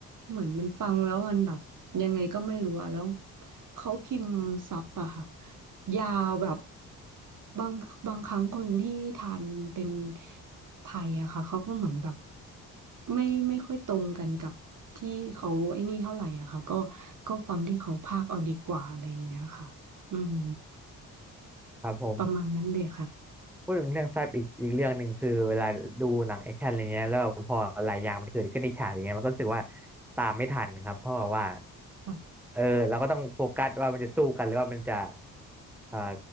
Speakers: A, on the right; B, in the centre.
A: เหมือนมันฟังแล้วมันแบบยังไงก็ไม่รู้อะแล้วเขาพิมพ์ซับอะค่ะยาวแบบบางบางครั้งคนที่ทานเป็นไทยอะค่ะเขาก็เหมือนแบบไม่ไม่ค่อยตรงกันกับที่เขาไอ้นี่เท่าไหร่อะค่ะก็ก็ฟังที่เขาพากย์เอาดีกว่าอะไรอย่างเงี้ยค่ะ อืม
B: ครับผม
A: ประมาณนั้นเลยค่ะ
B: พูดถึงเรื่องแฟบอีกอีกเรื่องหนึ่งคือเวลาดูหนังแอคชั่นอะไรเงี้ยแล้วพอหลายอย่างมันเกิดขึ้นในฉากอย่างเงี้ยมันก็รู้สึกว่าตามไม่ทันครับเพราะว่า
A: ค่ะ
B: เออเราก็ต้องโฟกัสว่ามันจะสู้กันหรือว่ามันจะเอ่อ